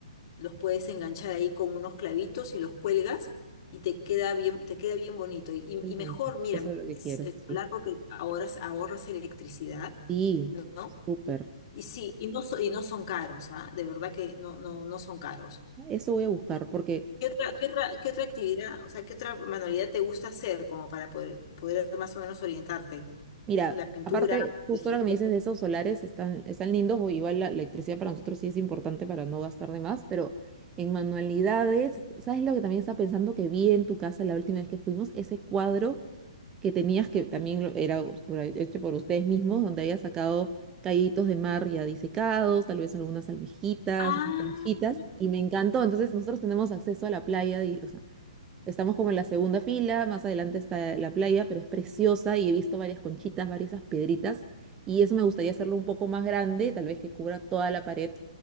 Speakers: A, on the left; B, on the right.
A: los puedes enganchar ahí con unos clavitos y los cuelgas y te queda bien, te queda bien bonito. Y, y-
B: Qué
A: y
B: lindo.
A: mejor, mira,
B: Eso
A: mejor
B: es lo que
A: es
B: quiero,
A: el
B: sí.
A: solar porque ahorras, ahorras electricidad,
B: Sí,
A: ¿no?
B: súper.
A: Y sí, y no, so- y no son caros, ¿ah? De verdad que no, no, no son caros.
B: Eso voy a buscar porque
A: ¿Qué otra, qué otra, qué otra actividad, o sea, qué otra manualidad te gusta hacer como para poder, poder más o menos orientarte?
B: Mira,
A: La pintura,
B: aparte, justo
A: tejido.
B: ahora que me dices de esos solares, están, están lindos, o igual la electricidad para nosotros sí es importante para no gastar de más, pero en manualidades, ¿sabes lo que también estaba pensando que vi en tu casa la última vez que fuimos? Ese cuadro que tenías, que también lo- era us- por ahí- hecho por ustedes mismos, donde había sacado callitos de mar ya disecados, tal vez algunas almejitas,
A: Ah,
B: unas conchitas, y me encantó. Entonces, nosotros tenemos acceso a la playa, y, Estamos como en la segunda fila, más adelante está la playa, pero es preciosa y he visto varias conchitas, varias esas piedritas, y eso me gustaría hacerlo un poco más grande, tal vez que cubra toda la pared